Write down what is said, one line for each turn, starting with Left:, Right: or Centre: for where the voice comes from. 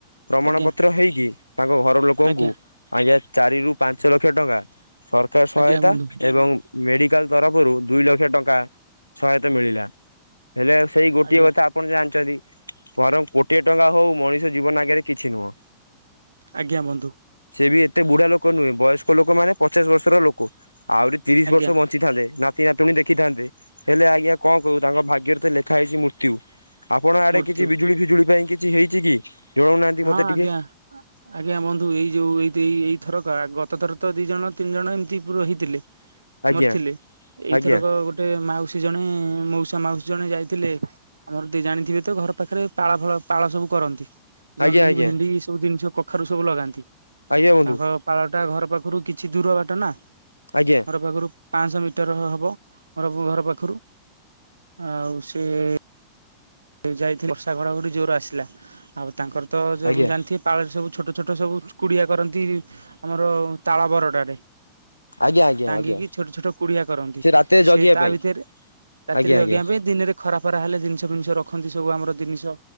Left: ପ୍ରମାଣ
Right: ଆଜ୍ଞା
Left: ପତ୍ର ହେଇକି ତାଙ୍କ ଘର ଲୋକଙ୍କୁ
Right: ଆଜ୍ଞା
Left: ଆଜ୍ଞା ଚାରି ରୁ ପାଞ୍ଚ ଲକ୍ଷ ଟଙ୍କା ସରକାର ସହାୟତା
Right: ଆଜ୍ଞା ବନ୍ଧୁ
Left: ଏବଂ ମେଡ଼ିକାଲ ତରଫରୁ ଦୁଇ ଲକ୍ଷ ଟଙ୍କା ସହାୟତା ମିଳିଲା ହେଲେ ସେଇ ଗୋଟିଏ
Right: ଆଜ୍ଞା
Left: କଥା ଆପଣ ଜାଣିଛନ୍ତି ବରଂ କୋଟିଏ ଟଙ୍କା ହଉ ମଣିଷ ଜୀବନ ଆଗରେ କିଛି ନୁହଁ।
Right: ଆଜ୍ଞା ବନ୍ଧୁ।
Left: ସିଏ ବି ଏତେ ବୁଢା ଲୋକ ନୁହେଁ ବୟସ୍କ ଲୋକ ମାନେ ପଚାଶ ବର୍ଷର ଲୋକ ଆହୁରି ତିରିଶ
Right: ଆଜ୍ଞା
Left: ବର୍ଷ ବଞ୍ଚିଥାନ୍ତେ ନାତି ନାତୁଣୀ ଦେଖିଥାନ୍ତେ। ହେଲେ ଆଜ୍ଞା କଣ କହୁ ତାଙ୍କ ଭାଗ୍ୟରେ ତ ଲେଖା ହେଇଛି ମୃତ୍ୟୁ। ଆପଣଙ୍କ ଆଡେ
Right: ମୃତ୍ୟୁ
Left: କିଛି ବିଜୁଳି ଫିଜୁଳି ପାଇଁ କିଛି ହେଇଛି କି? ଜଣଉନାହାନ୍ତି
Right: ହଁ
Left: ମତେ
Right: ଆଜ୍ଞା।
Left: ଟିକେ
Right: ଆଜ୍ଞା ବନ୍ଧୁ ଏଇ ଯୋଉ ଏଇ ଦେ ଏ ଏଇଥର ଗତ ଥର ତ ଦି ଜଣ ତିନି ଜଣ ଏମିତି ପୁରହିଥିଲେ।
Left: ଆଜ୍ଞା
Right: ମରିଥିଲେ ଏଇଥରକ
Left: ଆଜ୍ଞା
Right: ଗୋ ଗୋଟେ ମାଉସୀ ଜଣେ-ଏ-ଏ-ଏ ମାଉସା ମାଉସୀ ଜଣେ ଯାଇଥିଲେ ଆମର ଦି ଜାଣିଥିବେ ତ ଘର ପାଖରେ ପାଳ ଫଳ ପାଳ ସବୁ କରନ୍ତି। ଜହ୍ନି,
Left: ଆଜ୍ଞା ଆଜ୍ଞା।
Right: ଭେଣ୍ଡି ଏ ସବୁ ଜିନିଷ କଖାରୁ ସବୁ ଲଗାନ୍ତି।
Left: ଆଜ୍ଞା ବନ୍ଧୁ
Right: ତାଙ୍କ ପାଳଟା ଘର ପାଖରୁ କିଛି ଦୂର ବାଟ ନା।
Left: ଆଜ୍ଞା।
Right: ଘର ପାଖରୁ ପାଆଶହ ମିଟର ହେବ ଘର ଘର ପାଖରୁ ଆଉ ସିଏ-ଏ-ଏ ଯାଇଥିଲେ ବର୍ଷା ଘଡ ଘଡି ଜୋର ଆସିଲା ଆଉ ତାଙ୍କର ତ ଯଉ
Left: ଆଜ୍ଞା
Right: ଜାଣିଥି ପାଳରେ ସବୁ ଛୋଟ ଛୋଟ ସବୁ କୁଡିଆ କରନ୍ତି-ଇ ଆମର-ଅ ତାଳ ବରଡାରେ।
Left: ଆଜ୍ଞା ଆଜ୍ଞା
Right: ଟାଙ୍ଗିକି
Left: ଆଜ୍ଞା
Right: ଛୋଟ ଛୋଟ କୁଡିଆ କରନ୍ତି
Left: ସେ ରାତିରେ ଜଗିବା
Right: ସେ ତା
Left: ପାଇଁ
Right: ଭିତରେ ରାତିରେ
Left: ଆଜ୍ଞା
Right: ଜଗିବା
Left: ଆଜ୍ଞା
Right: ପାଇଁ ଦିନରେ ଖରା ଫରା ହେଲେ ଜିନିଷ ଫିନିଷ ରଖନ୍ତି ସବୁ ଆମର ଜିନିଷ